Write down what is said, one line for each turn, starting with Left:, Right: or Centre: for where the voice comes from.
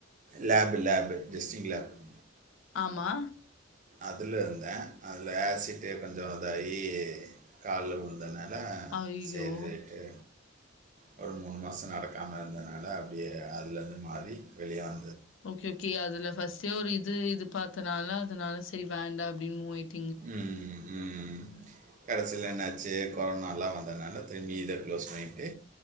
Right: லாப் லாப்டிஸ்ட்லப <inaudible>
Left: மா
Right: அதல இருந்தேன் அதில் ஆசிட்டு கொஞ்சம் இதாகி காலில் விழுந்தேன
Left: ஐயய்யோ!
Right: சரி செய்துட்டு <inaudible> ஒரு மூணு மாச நடக்காம இருந்ததுனால அப்படியே அதுல வந்து மாறி வெளியாக
Left: ஓகே ஓகே அதுல ஃபர்ஸ்ட்டே ஒரு இ து இது பாத்தனாலதா அதனால சரி வேண்டா அப்டின்னு மூவாயிட்
Right: ம் ம் கடைசில என்னாச்சு கொரோனால்லா வந்ததுனால திரும்பி இத க்ளோஸ் பண்ணிட்டு